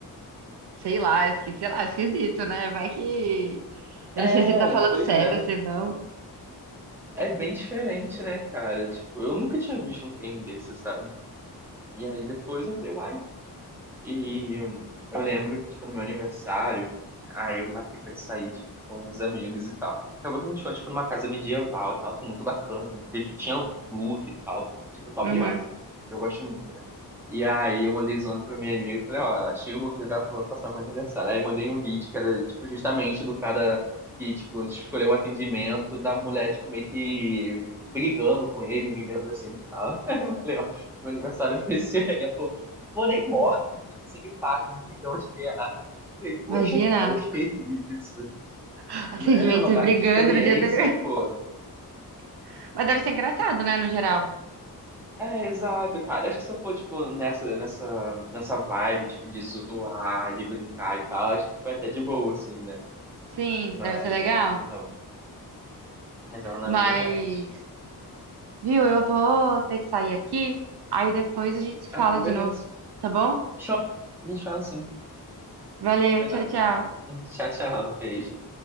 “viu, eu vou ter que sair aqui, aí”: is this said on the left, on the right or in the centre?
Right